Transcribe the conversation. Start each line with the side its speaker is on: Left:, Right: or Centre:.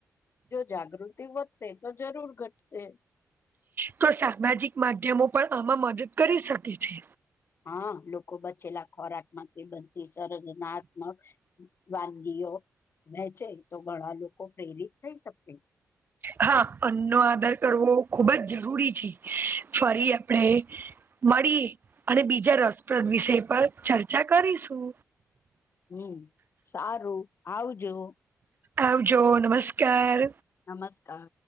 Left: જો જાગૃતિ વધશે તો જરૂર ઘટશે.
Right: તો સામાજિક માધ્યમો પણ આમાં મદદ કરી શકે છે.
Left: હા લોકો બચેલા ખોરાકમાંથી બધી સર્જનાત્મક વાનગીઓ વહેચે તો ઘણા લોકો પ્રેરિત થઈ શકે
Right: હા અન્નનો આદાર કરવો ખૂબ જ જરૂરી છે, ફરી આપડે મળી અને બીજા રસપ્રદ વિશે પણ ચર્ચા કરીશું.
Left: હમ સારું આવજો.
Right: આવજો નમસ્કાર
Left: નમસ્કા